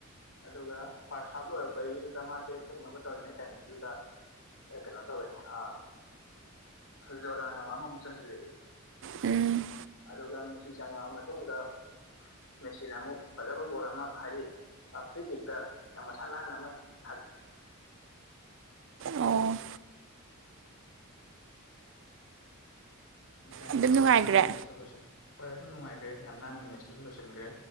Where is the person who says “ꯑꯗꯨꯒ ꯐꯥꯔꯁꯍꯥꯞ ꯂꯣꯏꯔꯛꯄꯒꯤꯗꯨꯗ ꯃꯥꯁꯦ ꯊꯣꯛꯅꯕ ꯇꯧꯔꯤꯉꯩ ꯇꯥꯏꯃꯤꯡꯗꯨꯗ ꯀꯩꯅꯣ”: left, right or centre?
Left